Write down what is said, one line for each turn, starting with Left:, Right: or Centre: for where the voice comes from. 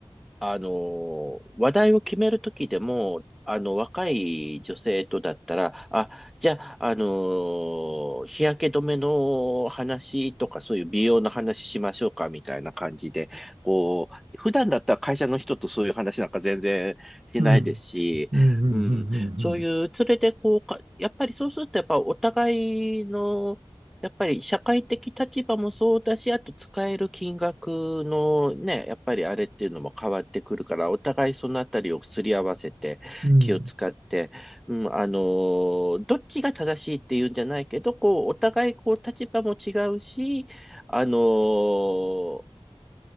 Centre: あのー話題を決めるときでも、あの、若い女性とだったら、あ、じゃあ、あのー日焼け止めの話とか、そういう美容の話しましょうか、みたいな感じで、こう、普段だったら会社の人とそういう話なんか全然しないですし、
Right: うん、うんうんうん
Centre: うん、そういう、それでこうか、やっぱりそうすると、やっぱお互いの、やっぱり社会的立場もそうだし、あと使える金額のね、やっぱりあれっていうのも変わってくるから、お互いそのあたりをすり合わせて気を使って、
Right: うんうん
Centre: うん、あのーどっちが正しいっていうんじゃないけど、こう、お互いこう立場も違うし、あのー